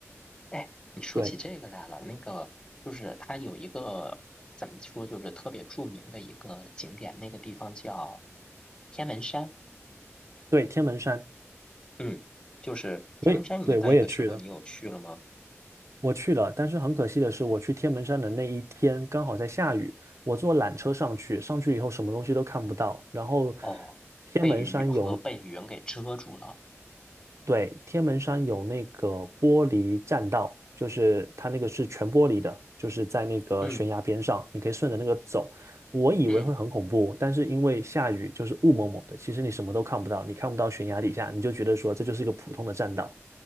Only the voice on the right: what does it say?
对
对，天门山，
我也对我也去了，
我去了，但是很可惜的是，我去天门山的那一天刚好在下雨，我坐缆车上去，上去以后什么东西都看不到，然后。
天门山有
对，天门山有那个玻璃栈道，就是它那个是全玻璃的，就是在那个悬崖边上，
你可以顺着那个走。我以为会很恐怖，
但是因为下雨，就是雾蒙蒙的，其实你什么都看不到，你看不到悬崖底下，你就觉得说这就是一个普通的栈道。